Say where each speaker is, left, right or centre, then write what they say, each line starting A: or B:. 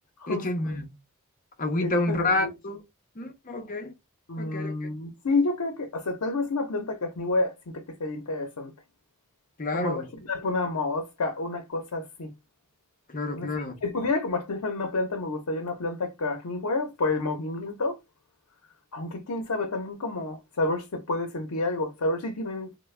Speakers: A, on the left; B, on the left.
A: échenme
B: justo,
A: agüita
B: échale,
A: un rato.
B: güey.
A: Mm, ok,
B: Mm,
A: ok, ok.
B: sí, yo creo que, o sea, tal vez una planta carnívora siento que sería interesante.
A: Claro,
B: Como ver si atrapa una mosca, una cosa así.
A: claro,
B: O sea,
A: claro.
B: si, si pudiera convertirme en una planta, me gustaría una planta carnívora por el movimiento Aunque quién sabe, también como saber si se puede sentir algo, saber si tienen